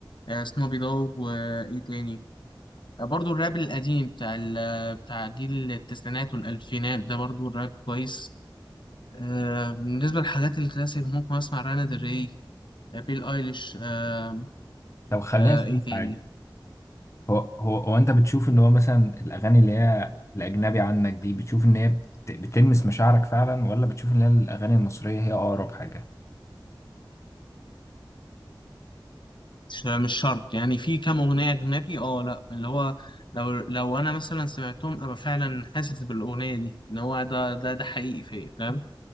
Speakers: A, on the left (about 65°); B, on the left (about 35°).
A: أه سنوبي دوغ وايه تاني أه برضو الراب القديم بتاع ال- بتاع جيل التسعينات والالفينات ده برضو الراب كويس أه بالنسبة للحاجات الكلاسيك ممكن اسمع رانا دري آه، بيل ايليش أه
B: طب خلينا
A: أه
B: نسالك
A: ايه
B: في
A: تاني
B: حاجه هو هو هو انت بتشوف ان هو مثلا الاغاني اللي هي الاجنبي عنك دي بتشوف ان هي بت- بتلمس مشاعرك فعلا ولا بتشوف ان هي الاغاني المصريه هي اقرب حاجه
A: مش مش شرط يعني في كام أغنية أجنبي اه لأ اللي هو لو لو أنا مثلا سمعتهم أبقى فعلا حاسس بالأغنية دي إن هو ده ده ده حقيقي فيا فاهم